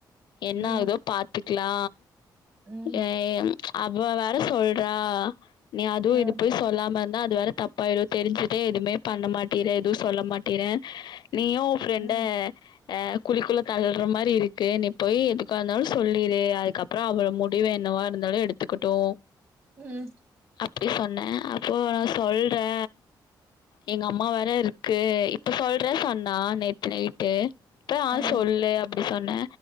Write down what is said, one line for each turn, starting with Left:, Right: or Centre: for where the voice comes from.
Left: என்னாகுதோ
Right: ம்
Left: பாத்துக்லா
Right: ம்
Left: ஏ எம் அவ்வ வேற சொல்றா நீ அதுவு
Right: அ
Left: இது போய் சொல்லாமந் தா அது வேற தப்பாயிடு தெரிஞ்சுட்டே எதுமே பண்ண மாட் டிற எதுவு சொல்ல மாட்டிற நீயு உ ஃப்ரெண்ட
Right: ம்
Left: அ குழிக்குள்ள தள்ற மாரி இருக்கு நீ போய் எதுக்கா இர்ந்தாலு சொல்லிரு அதுக்கப்றொ அவ முடிவு என்னவா இருந்தாலு எடுத்துக்கட்டூ
Right: ம்
Left: அப்டி சொன்னே அப்போ நா சொல்றே எங்கம்மாவ தாருக்கு இப்ப சொல்ற சொன்னா நே த்து நைட்டு இப்ப ஆ
Right: அ
Left: சொல்லு அப்டி சொன்னே